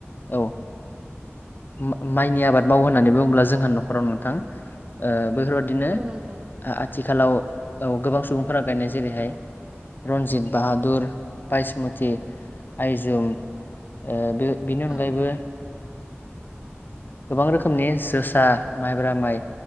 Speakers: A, on the left (about 45°); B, on the right (about 20°).
A: औ। मा-माइनि आबाद मावो होननानै बुंङोब्ला जोंहा नखराव नोंथां ओ बेफोरबादिनो ओ
B: औ नोंथां
A: आथिखालाव औ गोबां सुबुंफोरा गायनाय जेरैहाय रन्जित बाहादुर बायसमति आइजुम ओ बे बेनि अनगायैबो
B: औ
A: गोबां रोखोमनि जोसा माइब्रा माइ